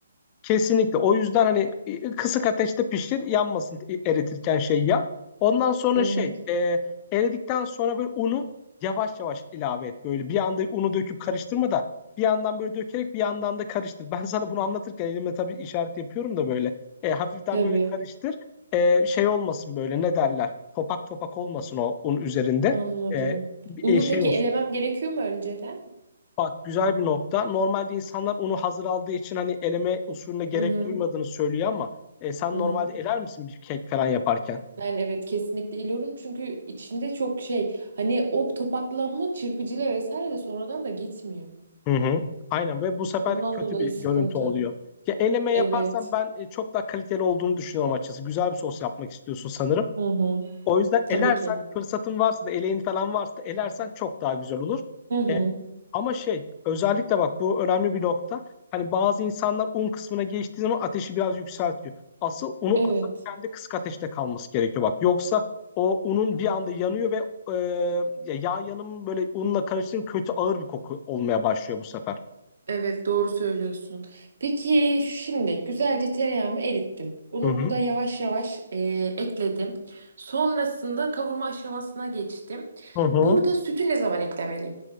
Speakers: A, on the left; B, on the right.
A: Kesinlikle. O yüzden hani e, kısık ateşte pişir, yanmasın e, eritirken şey ya. Ondan sonra
B: Hı hı.
A: şey, e, eridikten sonra böyle unu yavaş yavaş ilave et. Böyle bir anda unu döküp karıştırma da bir yandan böyle dökerek bir yandan da karıştır. Ben sana bunu anlatırken elimle tabii işaret yapıyorum da böyle. E, hafiften
B: Tabii
A: böyle karıştır. E, şey olmasın böyle ne derler? Topak topak olmasın o un üzerinde.
B: anladım.
A: E, bir
B: Unu
A: e, şey
B: peki
A: olsun.
B: elemem gerekiyor mu önceden?
A: Bak güzel bir nokta. Normalde insanlar onu hazır aldığı için hani eleme usulüne gerek
B: Hı hı.
A: duymadığını söylüyor ama e, sen
B: Hı
A: normalde
B: hı.
A: eler misin bir kek falan yaparken?
B: Ben evet kesinlikle eliyorum çünkü içinde çok şey hani o topaklanma çırpıcıyla vesaire de sonradan da gitmiyor.
A: Hı hı. Aynen ve bu sefer
B: Ondan
A: kötü
B: dolayı
A: bir
B: sıkıntı.
A: görüntü oluyor. Ya eleme
B: Evet.
A: yaparsan ben e, çok daha kaliteli olduğunu düşünüyorum açıkçası. Güzel bir sos yapmak istiyorsun sanırım.
B: Hı hı.
A: O yüzden
B: Tabii
A: elersen
B: ki.
A: fırsatın varsa da eleğin falan varsa da elersen çok daha güzel olur.
B: Hı hı.
A: E, Ama şey özellikle bak bu önemli bir nokta. Hani bazı insanlar un kısmına geçtiği zaman ateşi biraz yükseltiyor. Asıl unu
B: Evet.
A: atarken de kısık ateşte kalması gerekiyor bak. Yoksa o unun bir anda yanıyor ve e, ya yağ yanımı böyle unla karıştırınca kötü ağır bir koku olmaya başlıyor bu sefer.
B: Evet doğru söylüyorsun. Peki şimdi güzelce tereyağımı erittim. Unumu
A: Hı hı.
B: da yavaş yavaş eee, ekledim. Sonrasında kavurma aşamasına geçtim.
A: Hı hı.
B: Burada sütü ne zaman eklemeliyim?